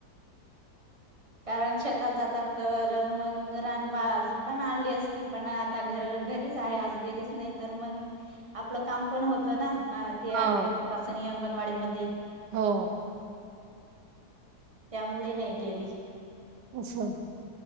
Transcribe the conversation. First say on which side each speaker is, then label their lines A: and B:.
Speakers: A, on the right (about 20°); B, on the right (about 85°).
A: कारण शेतात जातात तर मंग रान भाजी पण आणली असती पण आता घर घरीच आहे आज गेलीच नाही तर मग आपलं काम पण होतं ना ते
B: हा
A: आरोग्य तपासणी अंगणवाडी मध्ये
B: हो
A: त्यामुळे नाही गेली.
B: अच्छा